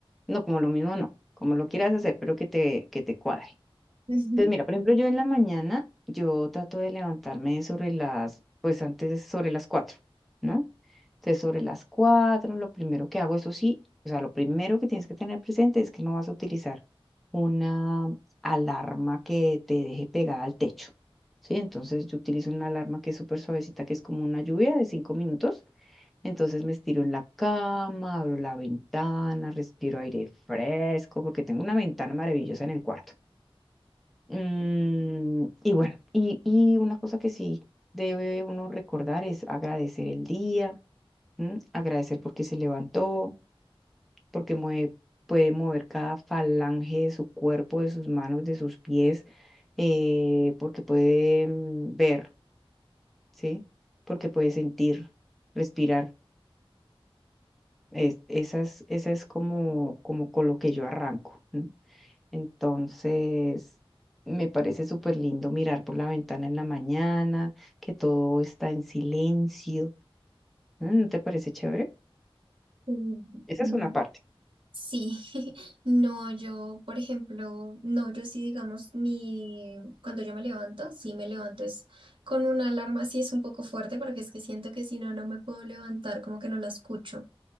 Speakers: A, in the centre; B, on the right (about 55°).
A: No, como lo mismo no, como lo quieras hacer, pero que te, que te cuadre.
B: Ujú.
A: Entonces, mira, por ejemplo, yo en la mañana, yo trato de levantarme sobre las, pues antes de- sobre las cuatro, ¿no? Entonces, sobre las cuatro, lo primero que hago, eso sí, o sea, lo primero que tienes que tener presente es que no vas a utilizar una alarma que te deje pegada al techo, ¿sí? Entonces, yo utilizo una alarma que es súper suavecita, que es como una lluvia de cinco minutos. Entonces, me estiro en la cama, abro la ventana, respiro aire fresco, porque tengo una ventana maravillosa en el cuarto. Mm, y bueno, y, y una cosa que sí debe uno recordar es agradecer el día, ¿m? agradecer porque se levantó, porque mueve- puede mover cada falange de su cuerpo, de sus manos, de sus pies, eh, porque puede mm, ver, ¿sí? Porque puede sentir, respirar. Es, esas, esa es como, como con lo que yo arranco. ¿m? Entonces, me parece súper lindo mirar por la ventana en la mañana, que todo está en silencio. ¿No ¿No te parece chévere?
B: Mm,
A: Esa
B: mm.
A: es una parte.
B: Sí, <laughs> no, yo, por ejemplo, no, yo sí, digamos, mi, cuando yo me levanto, sí me levanto es con una alarma, sí es un poco fuerte, porque es que siento que si no, no me puedo levantar, como que no la escucho.